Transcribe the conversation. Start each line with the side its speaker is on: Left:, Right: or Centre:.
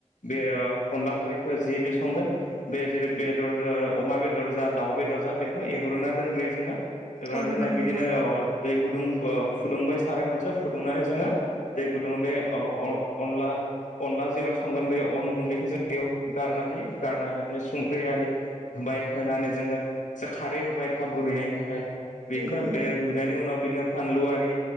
Left: बे अनला खारैखौ जिजों संगोन बे जेरै बेदर जा अमा बेदर जा दाउ बेदर जा बेखौ एग्रोना दोनग्रोयो जोङो। एवना
Right: औ
Left: दोनाय
Right: नंगौ
Left: बिदिनो
Right: नोंथां
Left: अ दै गुदुं ओ फुदुंबाय साराय मोनसे फुदुंनानै जोङो दै गुदुङ बे ओ अ अ अनला अनला जेराव संगोन बे अन गुन्दैखौ जों बेयाव गारनो होयो। गारना बिदिनो संख्रि आरि बाय होनानै जोङो एसे खारै होबाय थाब रुैनायनि थाखाय। बिदिनो
Right: नंगौ नोंथां
Left: बे रुइनानै उनाव बिदिनो फानलु आरि